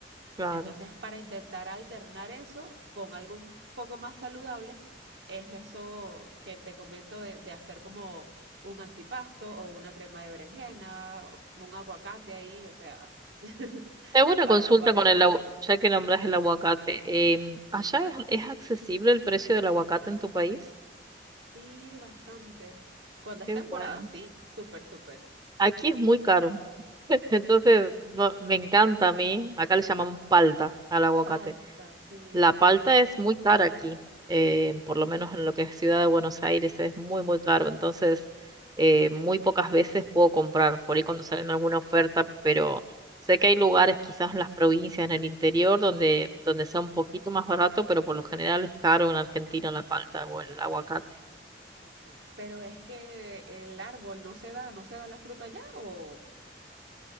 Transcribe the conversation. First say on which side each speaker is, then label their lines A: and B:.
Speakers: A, on the right; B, on the right.
A: Claro.
B: Entonces, para intentar alternar eso con algo un poco más saludable, es eso que te comento de, de hacer como un antipasto o una crema de berenjena, un aguacate ahí, o sea, <laughs>
A: Tengo una
B: para
A: consulta
B: variarlo
A: con el
B: un
A: agua,
B: poquito.
A: ya que nombras el aguacate. em, ¿allá es, es accesible el precio del aguacate en tu país?
B: Sí, bastante. Cuando
A: Qué
B: es temporada,
A: bueno.
B: sí, súper, súper.
A: Aquí es muy caro. <laughs> Entonces, no- me encanta a mí, acá le llamamos palta al aguacate.
B: Falta, sí.
A: La palta es muy cara aquí, eh, por lo menos en lo que es Ciudad de Buenos Aires es muy, muy caro, entonces eh, muy pocas veces puedo comprar, por ahí cuando salen alguna oferta, pero sé que hay lugares quizás en las provincias, en el interior, donde, donde sea un poquito más barato, pero por lo general es caro en Argentina la palta o el aguacate.
B: Ok. Pero es que el árbol no se da, no se da la fruta ya o...